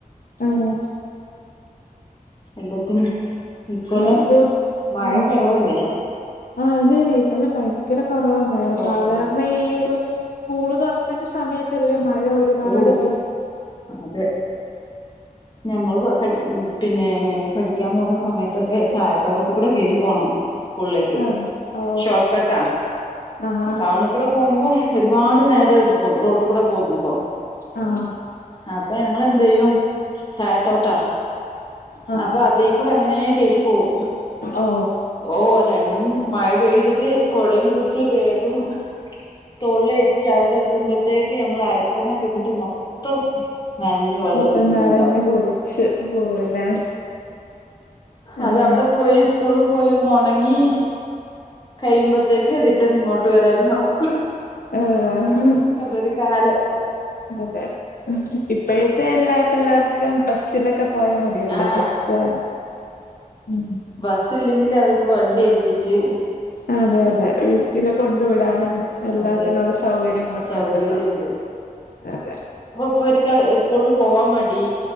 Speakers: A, on the left; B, on the left.
A: ആഹ്
B: എല്ലത്തിനും ഇക്കൊല്ലം
A: ആഹ് കൊതു
B: മഴ
A: ഉം
B: കൊറവല്ലേ
A: ആഹ് അതെയതെ ഇക്കൊല്ലം ഭയ്ങ്കര കൊറവാ മഴ
B: കുറവാ
A: സാധാ ഈയൊരു സ്കൂള് തൊറപ്പിന്റെ സമയത്തല്ലേ മഴ ഒരുപാട്
B: ഓ
A: പെയ്
B: അതെ ഞങ്ങള് <unintelligible> പിന്നേ പഠിക്കാൻ പോന്ന സമയത്തൊക്കെ ചായത്തോട്ടത്തിക്കൂടെ കേറി പോണം സ്കൂൾലേക്ക്
A: അതെ ഓ
B: ഷോർട്ട് കട്ടാ
A: ആഹ്
B: ടൗണ് ക്കുടെ പോവുമ്പോ ഒരുപാട് നേരെട്ക്കും റോട്ട് കൂടെ പോകുമ്പോ
A: ആഹ്
B: അപ്പൊ ഞങ്ങെളെന്തെയ്യും ചായത്തോട്ടാ
A: ആഹ്
B: അപ്പ അതീക്കൂടെങ്ങനേ കേറി പോം
A: ഓ
B: ഓഹ് രൺ മഴ പെയ്തിട്ട് കൊടെറ പുടിച്ച് ബേഗും തോൾലേറ്റി അവിടെ ത്തുമ്പത്തേക്ക് നമ്മൾ അരക്കന്ന്ക്കീപ്പട്ട് മൊത്തം നനഞ്ഞ് വെള്ളം
A: മൊത്തം
B: ഒലിക്കുന്നുണ്ടാവും
A: നനഞ്ഞ് കുളിച്ച് പോവല്ലേ
B: അതവ്ടെ
A: ആഹ്
B: പോയി സ്കൂള്ള് പോയി ഒന്ന് ഒണങ്ങി കയ്യുമ്പത്തേക്ക് റിട്ടേണിങ്ങോട്ട് വരാനാവും
A: ഏഹ്
B: അതൊരു കാലം
A: അതെ ഇപ്പെ ഇപെല്ലാ പിള്ളേർക്കൊക്കെ ബസ്സിലൊക്കെ പോയാൽ മതിയല്ലോ
B: ആ
A: ബസ്സ് ഉം
B: ബസ്സില്ലെങ്കിൽ അവർക്ക് വണ്ടി ഏല്പ്പിച്ച്
A: അതെയതെ വി റ്റിളെ കൊണ്ടു വിടാനും എല്ലാത്തിനുള്ള
B: അതെ
A: സൗകര്യങ്ങളൊക്കെയൊണ്ടല്ലോ
B: സൗകര്യണ്ട്
A: അതെ
B: ഇപ്പവര്ക്ക് സ്കൂള്ള് പോവാൻ മടി